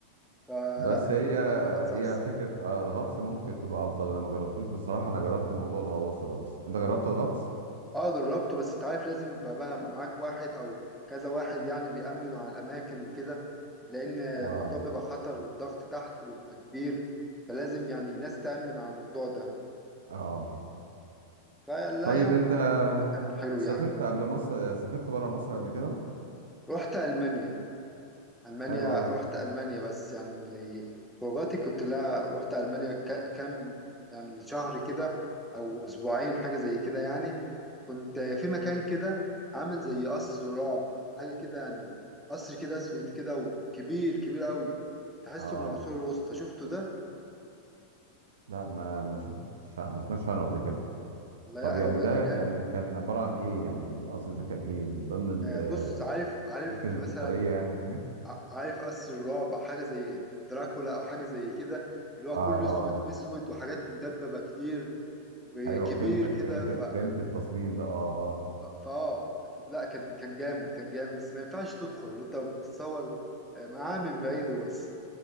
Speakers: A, in the centre; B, on the right.
A: فلا
B: بس
A: بالنسبة
B: هي
A: لي الغطس أحسن
B: هي فكرة آه الغطس ممكن تبقى أفضل أنا ما جربتوش بصراحة أنا جربت موضوع الغواصة ده بس أنت جربت الغطس؟
A: اه جربته بس انت عارف لازم يبقى بقى معاك واحد او كذا واحد يعني بيأمنوا على الاماكن وكده لان الموضوع
B: اه
A: بيبقى خطر والضغط تحت بيبقى كبير فلازم يعني ناس تأمن على الموضوع ده
B: اه
A: فلا
B: طيب
A: يعني
B: أنت
A: الموضوع كان حلو
B: سافرت
A: يعني
B: قبل مصر سافرت بره مصر قبل كده؟
A: رحت ألمانيا ألمانيا
B: حلو أوي
A: رحت ألمانيا بس يعني اللي خروجاتي كنت لا رحت ألمانيا ك- كام يعني شهر كده أو أسبوعين حاجة زي كده يعني كنت في مكان كده عامل زي قصر رعب حاجة كده يعني قصر كده أسود كده وكبير كبير قوي تحسه
B: اه
A: من العصور الوسطى شفته ده؟
B: لا ما ما شفتش ما سمعتش عنه قبل كده
A: والله
B: طب
A: لا
B: يعني
A: هو
B: ده
A: جامد
B: يعني كان عبارة عن إيه يعني القصر ده كان إيه من ضمن الأماكن
A: آه، بص عارف عارف
B: الأثرية
A: مثلا
B: يعني هناك
A: ع- عارف قصر الرعب حاجة زي دراكولا أو حاجة زي كده اللي هو
B: اه
A: كله أسود
B: اه
A: في أسود وحاجات مدببة كتير وكبير
B: ايوه فهمتك
A: كده
B: فهمت
A: ف
B: فهمت التصميم ده اه اه
A: ف- فاه ف- لا كان كان جامد كان جامد بس ما ينفعش تدخل أنت بتتصور آه، معاه من بعيد وبس